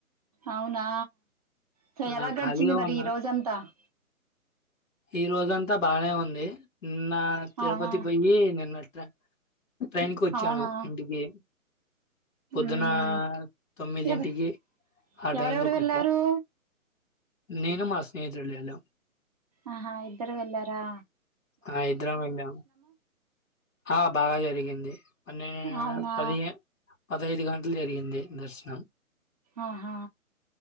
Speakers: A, on the right; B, on the left.
A: అవునా సో
B: ఆ
A: ఎలా గడిచింది
B: ఖాళీగా
A: మరీ
B: ఉన్నా
A: ఈ రోజంతా. <inaudible>
B: ఈ రోజంతా బాగనే ఉంది. నిన్నా తిరుపతి
A: అవునా
B: పోయ్యీ నిన్నొచ్ త్రా ట్రైన్కి వచ్చాను
A: అవునా
B: ఇంటికీ. పొద్దునా
A: ఉహు
B: తొమ్మిదింటికి
A: ఎవరు
B: ఆ
A: ఎవరెవరు
B: టైం లోకి
A: వెళ్ళారు
B: వచ్చా. నేను మా స్నేహితుడు వెళ్ళాం.
A: ఆహా ఇద్దరూ వెళ్లారా.
B: ఆ ఇద్దరం వెళ్ళాము. ఆ బాగా జరిగింది. పన్నే
A: అవునా
B: పదిహే పదిహైదు గంటలు జరిగింది దర్శనం.
A: ఆహా